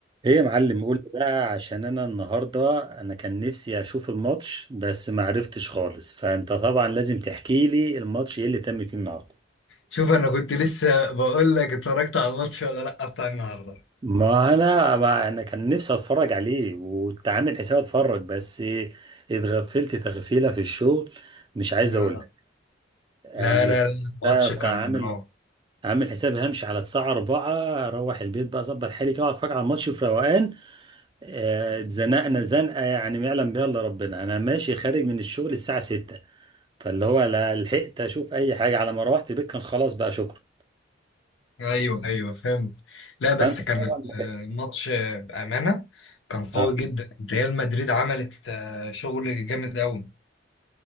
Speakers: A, on the right; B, on the left.
A: ايه يا معلم قول لي بقى عشان انا النهارده انا كان نفسي اشوف الماتش بس ما عرفتش خالص فانت طبعا لازم تحكي لي الماتش ايه اللي تم فيه النهارده
B: شوف انا كنت لسه بقول لك اتفرجت على الماتش ولا لا بتاع النهارده
A: ما انا ما انا كان نفسي اتفرج عليه وكنت عامل حساب اتفرج بس اتغفلت تغفيله في الشغل مش عايز
B: آه.
A: اقول لك يعني
B: لا لا لا الماتش
A: أنا كنت
B: كان
A: عامل
B: نار
A: عامل حسابي همشي على الساعه 4 اروح البيت بقى اظبط حالي كده وأقعد اتفرج على الماتش في روقان آه، اتزنقنا زنقه يعني ما يعلم بها الا ربنا انا ماشي خارج من الشغل الساعه 6 فاللي هو لا لحقت اشوف اي حاجه على ما روحت البيت كان خلاص بقى شكرا
B: ايوه ايوه فهمت لا بس
A: فانت
B: كان
A: طبعا لحقت.
B: آه، الماتش آه، بامانه كان قوي
A: اه
B: جدا ريال مدريد عملت آه، شغل جامد قوي